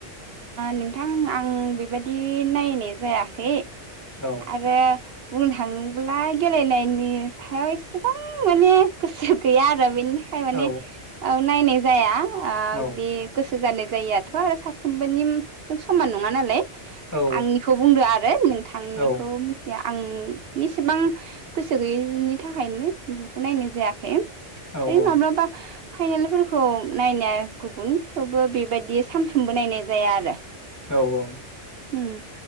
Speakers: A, on the right; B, on the left.
A: नोंथां आं बेबायादि नायनाय जायाखै
B: औ।
A: आरो बुंनो थाङोब्ला गेलेनायनि सायाव एसे गोबां माने गोसो गैया आरो बेनिखाय माने
B: औ
A: नायनाय जाया।
B: औ
A: बे गोसो जानाय जायआथ' आरो साफ्रोमबोनि समान नङा नालाय। आंनिखौ
B: औ
A: बुंदो आरो नोंथांनिखौ
B: औ
A: मिथिया। आं एसेबां गोसो गैयैनि थाखायनो बेफोरखौ नायनाय जायाखै।
B: औ
A: ओ
B: औ
A: माब्लाबा फाइनेलफोरखौ नायनाया गुबुन थेवबो बेबायदि सामफ्र सोंबो नायनाय जाया आरो।
B: औ औ।
A: उम।